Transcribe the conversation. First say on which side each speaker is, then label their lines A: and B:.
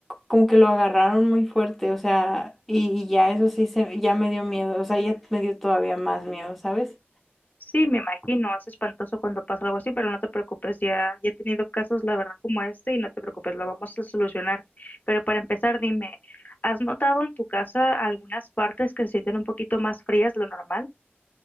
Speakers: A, in the centre; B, on the left.
A: como que lo agarraron muy fuerte, o sea, y, y ya eso sí se, ya me dio miedo, o sea, ya me dio todavía más miedo, ¿sabes?
B: Sí, me imagino, es espantoso cuando pasa algo así, pero no te preocupes, ya, ya he tenido casos, la verdad, como este y no te preocupes, lo vamos a solucionar. Pero para empezar, dime, ¿has notado en tu casa algunas partes que se sienten un poquito más frías de lo normal?